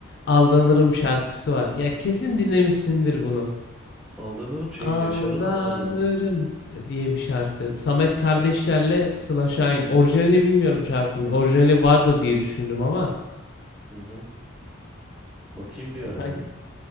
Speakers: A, on the left (about 55°); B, in the centre.
A: Aldanırım şarkısı var. Ya kesin dinlemişsindir bunu.
B: Aldanırım şeyin
A: Aldanırım
B: Yaşar'ın aldanırım mı?
A: diye bir şarkı. Samet kardeşlerle Sıla Şahin. Orijinalini bilmiyorum şarkının. Orijinali vardır diye düşündüm ama
B: Hı hı. Bakayım bir
A: ya
B: ara
A: sanki
B: ya.